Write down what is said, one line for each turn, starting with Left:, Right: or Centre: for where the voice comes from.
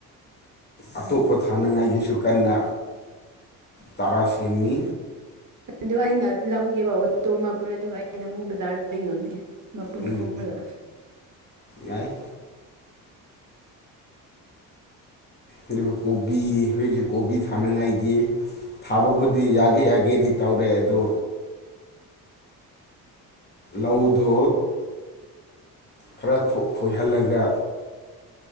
Left: ꯑꯇꯣꯞꯄ ꯊꯥꯅꯉꯥꯏꯒꯤꯁꯨ ꯀꯟꯅ ꯆꯥꯔꯥ ꯁꯦꯝꯃꯤ
Right: ꯑꯗꯨ ꯑꯩꯅ ꯂꯧꯒꯦꯕ ꯑꯣꯇꯣ ꯑꯃ ꯄꯨꯔ ꯑꯗꯨꯒ ꯑꯩꯩꯅ ꯑꯃꯨꯛ ꯕꯖꯥꯔꯗ ꯌꯣꯟꯒꯦ ꯃꯄꯨꯟ
Left: ꯎꯝ
Right: ꯀꯣꯝꯂꯒ
Left: ꯌꯥꯏ ꯑꯗꯨ ꯀꯣꯕꯤ ꯍꯧꯖꯤꯛꯁꯦ ꯀꯣꯕꯤ ꯊꯥꯅꯉꯥꯏꯒꯤ ꯊꯥꯕꯕꯨꯗꯤ ꯌꯥꯒꯦ ꯌꯥꯒꯦꯗꯤ ꯇꯧꯔꯦ ꯑꯗꯨ ꯂꯧꯗꯨ ꯈꯔ ꯈꯣꯏꯍꯜꯂꯒ